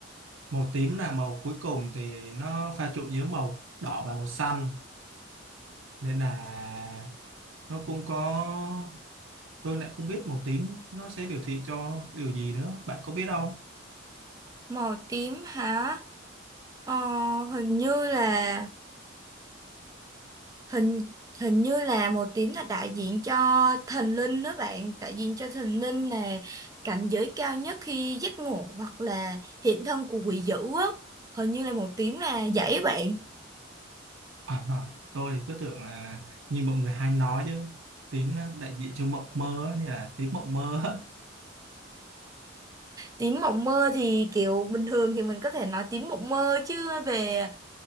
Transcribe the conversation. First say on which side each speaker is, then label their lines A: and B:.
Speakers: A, on the right; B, on the right.
A: màu tím là màu cuối cùng thì nó pha trộn giữa màu đỏ và màu xanh nên là nó cũng có tôi lại không biết màu tím nó sẽ biểu thị cho điều gì nữa bạn có biết không
B: màu tím hả ờ, hình như là hình hình như là một tiếng là đại diện cho thần linh đó bạn đại diện cho thần linh là cảnh giới cao nhất khi giấc ngủ hoặc là hiện thân của quỷ dữ á hình như là một tiếng là vậy á bạn
A: à, à, tôi thì cứ tưởng là như mọi người hay nói chứ tím nó đại diện cho mộng mơ á, nên là tím mộng mơ á. <laughs>
B: tiếng mộng mơ thì kiểu bình thường thì mình có thể nói tiếng mộng mơ chứ về